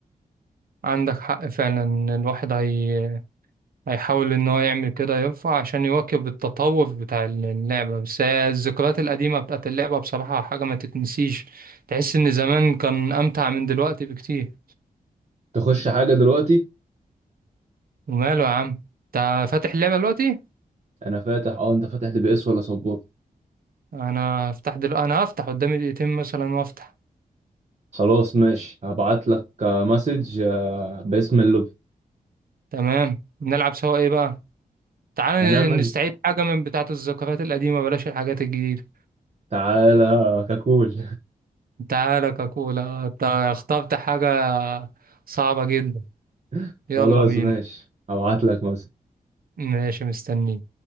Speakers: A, on the right (about 70°); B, on the right (about 45°).
A: عندك حق فعلا الواحد هي هيحاول إن هو يعمل كده ينفع عشان يواكب التطور بتاع اللعبة بس هي الذكريات القديمة بتاعت اللعبة بصراحة حاجة ما تتنسيش تحس إن زمان كان أمتع من دلوقتي بكتير
B: تخش حاجه دلوقتي
A: وماله يا عم أنت فاتح اللعبة دلوقتي؟
B: انا فاتح اه انت فاتح دي بي اس ولا سبورت
A: أنا هفتح دل... أنا هفتح قدامي دقيقتين مثلا وأفتح
B: خلاص ماشي هبعت لك آه، مسج آه، باسم اللوبي
A: تمام نلعب سوا إيه بقى؟ تعال ن-
B: هنعمل
A: نستعيد حاجة من بتاعة الذكريات القديمة بلاش الحاجات الجديدة
B: تعالى ككول
A: تعالى كاكولا أنت اخترت حاجة صعبة جدا
B: <laughs>
A: يلا
B: خلاص
A: بينا
B: ماشي هبعت لك مسج.
A: ماشي مستنيك